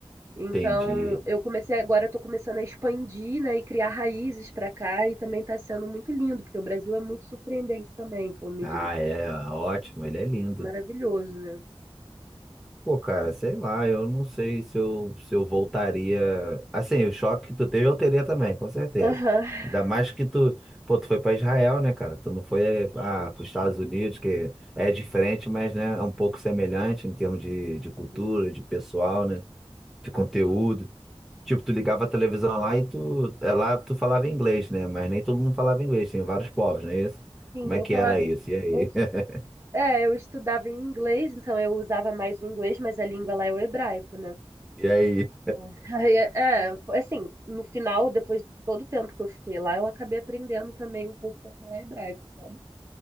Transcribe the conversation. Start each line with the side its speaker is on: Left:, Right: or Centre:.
Right: Então,
Centre: entendi.
Right: eu comecei agora, eu tô começando a expandir, né, e criar raízes para cá e também está sendo muito lindo, porque o Brasil é muito surpreendente também, com a medida
Centre: Ah,
Right: que é
Centre: é, ótimo, ele é lindo.
Right: maravilhoso, né?
Centre: Pô, cara, sei lá, eu não sei se eu, se eu voltaria. Assim, o choque que tu teve eu teria também, com certeza.
Right: Aham.
Centre: Ainda mais que tu, pô, tu foi pra Israel, né, cara? Tu não foi, ah,
Right: Sim,
Centre: pros Estados Unidos, que é diferente, mas, né, é um pouco semelhante em termos de, de cultura,
Right: Uhum.
Centre: de pessoal, né, de conteúdo.
Right: sim.
Centre: Tipo, tu ligava a televisão lá e tu, é, lá tu falava inglês, né? Mas nem todo mundo falava inglês, tinha vários povos, não é isso?
Right: Sim,
Centre: Como é
Right: eu
Centre: que
Right: falava,
Centre: era isso? E aí?
Right: eu,
Centre: <laughs>
Right: é, eu estudava em inglês, então eu usava mais o inglês, mas a língua lá é o hebraico, né?
Centre: E aí?
Right: É, Aí, é, é, foi assim, no final, depois de todo o tempo que eu fiquei lá, eu acabei aprendendo também um pouco a falar hebraico, sabe?